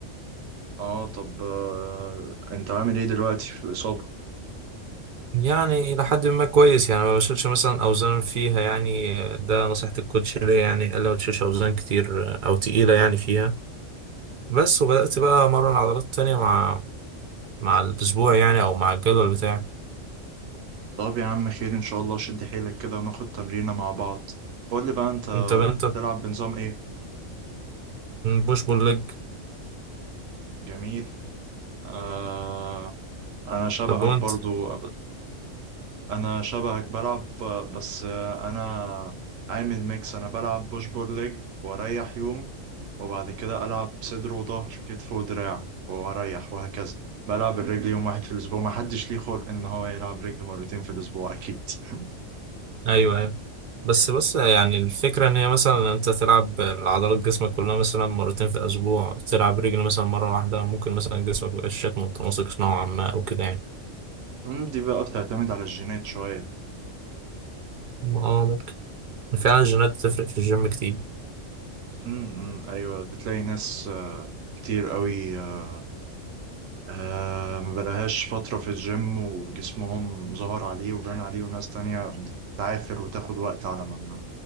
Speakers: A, on the right (about 80°); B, on the right (about 50°).
A: اه طب آه... انت عامل ايه دلوقتي في الإصابة
B: يعني إلى حد ما كويس يعني ما بشيلش مثلا أوزان فيها يعني ده نصيحة الكوتش ليا يعني قال لي ما تشيلش أوزان كتير أو تقيلة يعني فيها بس وبدأت بقى أمرن عضلات تانية مع مع الأسبوع يعني أو مع الجدول بتاعي
A: طب يا عم خير ان شاء الله شد حيلك كده وناخد تمرينة مع بعض قول لي بقى انت
B: أنت أنت
A: بتلعب بنظام ايه
B: بوش بول ليج
A: جميل آه... انا شبهك
B: طب وأنت؟
A: برضو انا شبهك بلعب آه، بس آه، انا عامل ميكس انا بلعب بوش بول ليج واريح يوم وبعد كده العب صدر وظهر كتف ودراع واريح وهكذا بلعب الرجل يوم واحد في الاسبوع ما حدش ليه خلق ان هو يلعب رجل مرتين في الاسبوع اكيد <laughs>
B: ايوه ايوه بس بس يعني الفكره ان هي مثلا انت تلعب العضلات جسمك كلها مثلا مرتين في الاسبوع تلعب رجل مثلا مره واحده ممكن مثلا جسمك ميبقاش شكله متناسق نوعا ما او كده يعني
A: أمم، دي بقى بتعتمد على الجينات شوية
B: اه ممكن فعلا الجينات بتفرق في الجيم كتير
A: أمم، أمم، ايوه بتلاقي ناس آه، كتير قوي آه، آه ما بقالهاش فترة في الجيم وجسمهم ظهر عليه وبان عليه وناس تانية بتعافر وتاخد وقت على ما